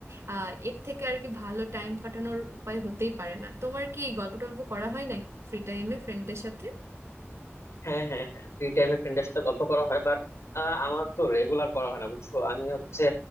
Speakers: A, on the right; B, on the left.
A: আহ এর থেকে আর কি ভালো টাইম কাটানোর উপায় হতেই পারে না তোমার কি গল্প টল্প করা হয় নাকি ফ্রি টাইমে ফ্রেন্ডদের সাথে
B: হ্যাঁ হ্যাঁ হ্যাঁ ফ্রি টাইমে ফ্রেন্ডের সাথে গল্প করা হয় বাট আমার তো রেগুলার করা হয় না বুঝছো আমি হচ্ছে